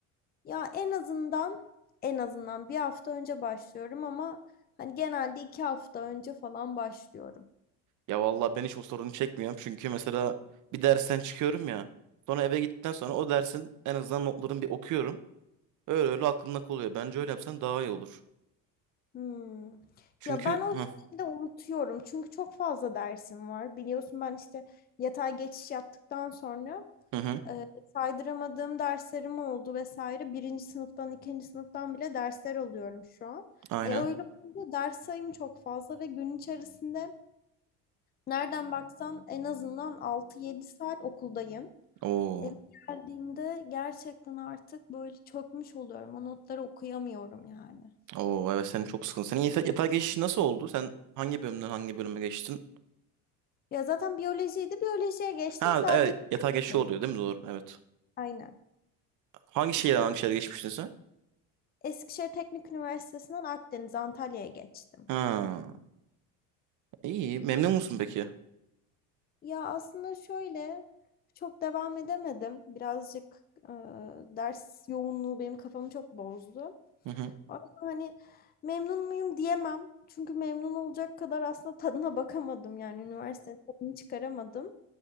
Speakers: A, on the left; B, on the right.
A: Ya en azından en azından bir hafta önce başlıyorum ama hani genelde iki hafta önce falan başlıyorum.
B: Ya vallahi ben hiç o sorunu çekmiyorum çünkü mesela bir dersten çıkıyorum ya sonra eve gittikten sonra o dersin en azından notlarını bir okuyorum. Öyle öyle aklımda kalıyor. Bence öyle yapsan daha iyi olur.
A: Hmm.
B: Çünkü
A: Ya ben o
B: hı
A: şekilde unutuyorum. Çünkü çok fazla dersim var. Biliyorsun ben işte yatay geçiş yaptıktan sonra
B: hı, hı
A: e, saydıramadığım derslerim oldu vesaire. Birinci sınıftan, ikinci sınıftan bile dersler alıyorum şu an.
B: aynen.
A: E öyle olunca ders sayım çok fazla ve gün içerisinde nereden baksan en azından altı yedi saat okuldayım.
B: Oo.
A: Eve geldiğimde gerçekten artık böyle çökmüş oluyorum. O notları okuyamıyorum yani.
B: Oo evet senin çok sıkıntı. Senin yata- yatağa geçiş nasıl oldu? Sen hangi bölümden hangi bölüme geçtin?
A: Ya zaten biyolojiydi. Biyolojiye geçtim.
B: Ha
A: Sadece
B: evet yatağa geçiş
A: değil.
B: oluyor değil mi? Doğru evet.
A: Aynen.
B: Hangi şehirden
A: İşte
B: hangi şehre geçmiştin sen?
A: Eskişehir Teknik Üniversitesi'nden Akdeniz, Antalya'ya geçtim.
B: Ha, iyi. Memnun musun peki?
A: Ya aslında şöyle çok devam edemedim. Birazcık e, ders yoğunluğu benim kafamı çok bozdu.
B: Hı hı.
A: Ama hani memnun muyum diyemem. Çünkü memnun olacak kadar aslında tadına bakamadım. Yani üniversitenin tadını çıkaramadım.